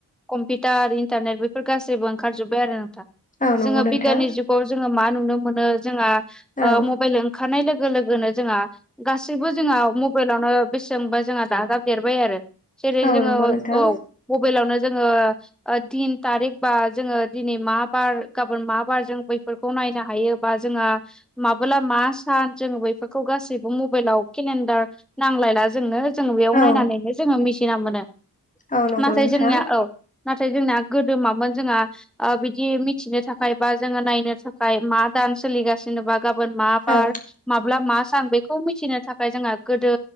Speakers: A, in the centre; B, on the left.
A: कम्पिउटार इन्टारनेट बेफोर गासैबो ओंखारजोबबाय आरो नोंथा
B: औ नंगौ
A: जोङो
B: नोंथां
A: बिगियाननि जुग गाव जोङो मा नुनो मोनो जोंहा ओ
B: औ
A: मबेइल ओंखारनाय लोग लोगो लोगोनो जोंहा गासैबो जोंहा मबेइलावनो बेसेबांबा जोंहा दाजाबदेरबाय आरो। जेरै
B: औ
A: जोङो
B: नंगौ नोंथां
A: औ मबेइलावनो जोङो ओ दिन थारिख बा जोङो दिनै मा बार गाबोन मा बार जों बैफोर खौ नायनो हायो बा जोंहा माबोला मा सान जों बैफोरखौ गासैबो मबेइलाव केलेन्डार नांलायला जोङो। जों बेयाव
B: औ
A: नायनानैनो जोङो मिसिना मोनो
B: औ नंगौ
A: नाथाय
B: नोंथां
A: जोंनिया औ नाथाय जोंना गोदो मामोन जोंहा आ बिदि मिथिनो थाखाय बा जोङो नायनो थाखाय मा दान सोलिगासिनोबा गाबोन मा बार
B: औ
A: माब्ला मा सान बेखौ मिथिनो थाखाय जोंहा गोदो